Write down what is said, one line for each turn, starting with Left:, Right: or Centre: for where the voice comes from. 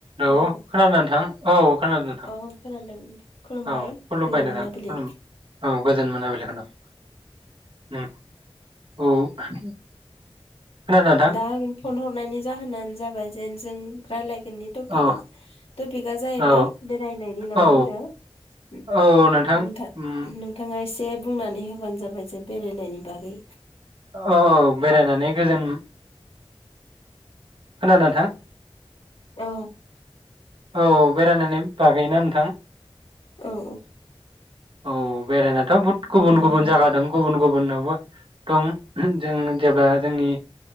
Right: औ
Left: हेलौ
Right: खोनादोंना नोंथां औ खोनादों नोंथां
Left: औ
Right: ।
Left: खोनादों खुलुमबाय
Right: औ खुलुमबाय
Left: गोजोन
Right: नोंथां
Left: मोनाबिलि
Right: खुलुम औ गोजोन मोनाबिलि होनदों नों ओम औ खोनादों नोंथां
Left: दा आं फन हरनायनि जाहोनानो जाबाय जेन जों रायलाय गोननि टपिका
Right: औ
Left: टपिका जाहैबाय
Right: औ
Left: बेरायनायनि नामा
Right: औ
Left: होनदों
Right: औ नोंथां
Left: नोंथा
Right: उम
Left: नोंथाङा एस दे बुंनानै होबानो जाबाय जे बेरायनायनि बागै
Right: औ औ बेरायनानै गोजोन खोनादों नोंथां?
Left: औ।
Right: औ बेरायनानै बागैना नोंथां।
Left: औ औ।
Right: औ बेरायना थ बुद गुबुन
Left: बेरायनायनि
Right: गुबुन जाया दों गुबुन गुबुन बहुद दं जों जेब्ला जोंनि